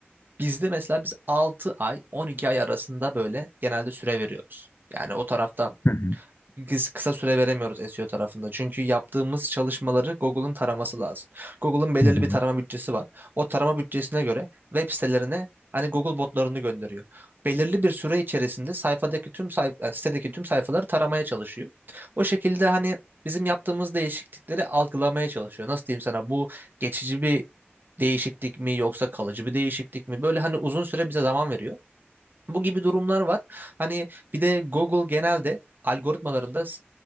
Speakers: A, on the right; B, on the left.
A: bizde mesela biz altı ay 12 ay arasında böyle genelde süre veriyoruz. Yani o tarafta
B: Hı hı.
A: biz kısa süre veremiyoruz SEO tarafında. Çünkü yaptığımız çalışmaları Google'ın taraması lazım. Google'ın belirli
B: Hı hı.
A: bir tarama bütçesi var. O tarama bütçesine göre web sitelerine hani Google botlarını gönderiyor. Belirli bir süre içerisinde sayfadaki tüm sayf e, sitedeki tüm sayfaları taramaya çalışıyor. O şekilde hani bizim yaptığımız değişiklikleri algılamaya çalışıyor. Nasıl diyeyim sana bu geçici bir değişiklik mi yoksa kalıcı bir değişiklik mi? Böyle hani uzun süre bize zaman veriyor. Bu gibi durumlar var. Hani bir de Google genelde algoritmalarında s-